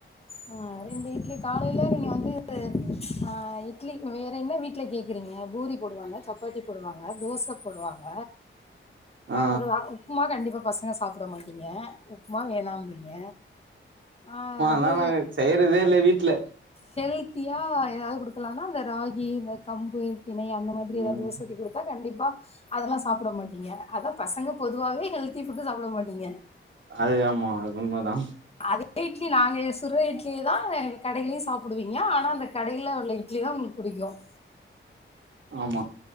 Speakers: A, on the left; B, on the right.
A: ஆ ரெண்டு இட்லி காலையில நீங்க வந்து ஆ இட்லி வேற என்ன வீட்ல கேக்குறீங்க பூரி போடுவாங்க சப்பாத்தி போடுவாங்க தோச போடுவாங்க
B: ஆ
A: அவ்ள்தா உப்மா கண்டிப்பா பசங்க சாப்பிட மாட்டீங்க உப் மா வேணாம்பீங்க ஆ அது
B: ஆனா செய்றதே இல்ல வீட்ல
A: ஹெல்த்தியா எதாவ்து குடுக்கலாம்மா அந்த ராகி இந்த கம்பு தினை அந்த மாதிரி எதாவ்து
B: ம்
A: தோச ஊத்தி குடு டுத்தா கண்டிப்பா அதெல்லா சாப்பிட மாட்டீங்க அதா பசங்க பொதுவாவே ஹெல்த்தி ஃபுட்டு சாப்பிட மாட்டீங்க
B: அது ஆமா அது உண்ம தா
A: அதே இட்லி நாங்க சுட்ற இட்லியே தா கடையிலயு சாப்டுவீங்க ஆனா அந்த கடையில உள்ள இட்லி தா புடிக்கும்
B: ஆமா